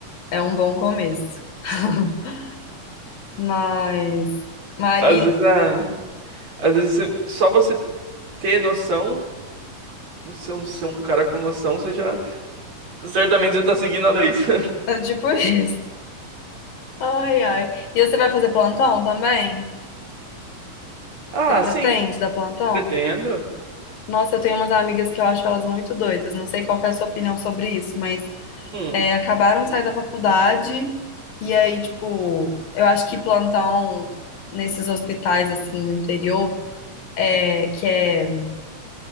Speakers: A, on the left (about 85°); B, on the right (about 50°).
A: é um bom começo. <laughs> Mas, mas
B: Às
A: e,
B: vezes, a... Às vezes você- só você ter noção, ser um, ser um cara com noção, você já Certamente você tá seguindo a lei. <laughs>
A: é tipo <laughs> isso. Ai, ai. E você vai fazer plantão também?
B: Ah,
A: Você pretende
B: sim,
A: dar plantão?
B: pretendo.
A: Nossa, eu tenho umas amigas que eu acho elas muito doidas. Não sei qual que é a sua opinião sobre isso, mas
B: Hum.
A: é, acabaram de sair da faculdade e aí, tipo, eu acho que plantão nesses hospitais assim no interior, é, que é